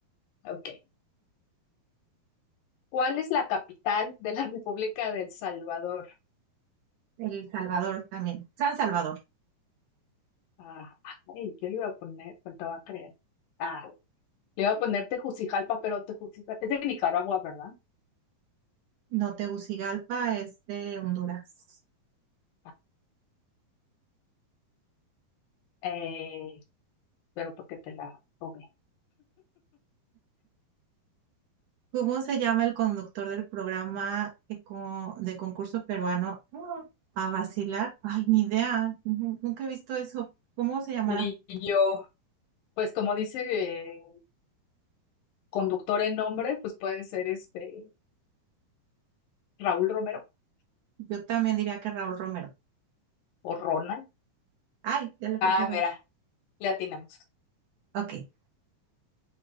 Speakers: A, on the left; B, on the right.
A: Ok. ¿Cuál es la capital de la <laughs> República de El Salvador?
B: El Salvador también. San Salvador,
A: Ah, ay, yo le iba a poner, ¿cuánto va a creer? Ah, le iba a poner Tegucigalpa, pero Tegucigalpa es de Nicaragua, ¿verdad?
B: no Tegucigalpa, es de Honduras.
A: Ah, Eh. pero porque te la robé.
B: ¿Cómo se llama el conductor del programa de, co- de concurso peruano? A vacilar. Ay, ni idea, ujú, nunca he visto eso. ¿Cómo se llamará?
A: Y yo, pues como dice eh, conductor en nombre, pues puede ser este Raúl Romero
B: Yo también diría que Raúl Romero.
A: o Ronald.
B: Ay, ya le puse
A: Ah,
B: error.
A: mira, le atinamos.
B: Ok,